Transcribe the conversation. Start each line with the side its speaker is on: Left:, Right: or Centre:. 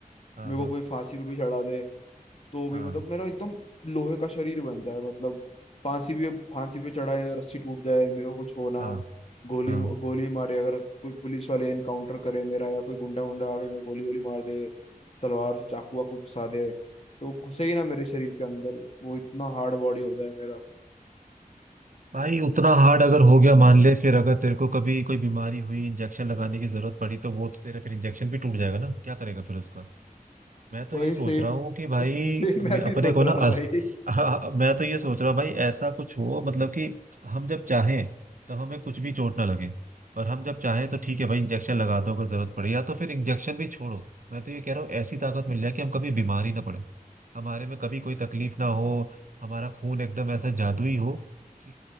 Right: हाँ
Left: मेरे
Right: हाँ
Left: को कोई फांसी पे भी चढ़ा दे तो भी
Right: हाँ
Left: मतलब मेरा एकदम लोहे का शरीर बन जाए मतलब फांसी भी फांसी पे चढ़ाए रस्सी टूट जाए मेरे को कुछ होना
Right: हाँ
Left: गोली
Right: हाँ
Left: गोली मारे अगर कोई पुलिस वाले एनकाउंटर करे मेरा या कोई गुंडा गुंडा आके मेरे को गोली गोली मार दे तलवार से चाकू वाकू घुसा दे तो घुसे ही ना मेरे शरीर के अंदर वो इतना हार्ड बॉडी हो जाए मेरा
Right: भाई उतना हार्ड अगर हो गया मान ले फिर अगर तेरे को कभी कोई बीमारी हुई इंजेक्शन लगाने की जरूरत पड़ी तो वो तो तेरा फिर इंजेक्शन भी टूट जाएगा ना क्या करेगा फिर उसका मैं तो
Left: भाई
Right: ये सोच
Left: सेम
Right: रहा हूँ कि भाई
Left: सेम
Right: मैं
Left: <laughs> मैं भी
Right: अपने
Left: सोच
Right: को
Left: रहा
Right: ना <laughs>
Left: था भाई
Right: अ- मैं तो ये सोच रहा हूँ भाई ऐसा कुछ हो मतलब कि हम जब चाहें तो हमें कुछ भी चोट ना लगे और हम जब चाहें तो
Left: हम्म,
Right: ठीक है भाई इंजेक्शन लगा दो अगर जरूरत पड़े या तो फिर इंजेक्शन भी छोड़ो मैं तो ये कह रहा हूँ ऐसी ताकत मिल जाए कि हम कभी बीमार ही ना पड़े हमारे में कभी कोई तकलीफ ना हो हमारा खून एकदम ऐसा जादुई हो कि